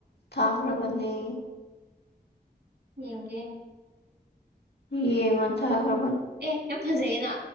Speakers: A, on the left (about 80°); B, on the right (about 85°).
A: ꯊꯥꯈ꯭ꯔꯕꯅꯦ꯫
B: ꯌꯦꯡꯒꯦ ꯌꯦꯡꯒꯦ
A: ꯌꯦꯡꯉꯣ ꯊꯥꯈ꯭ꯔꯕ
B: ꯑꯦ ꯌꯥꯝ ꯐꯖꯩꯌꯦꯅ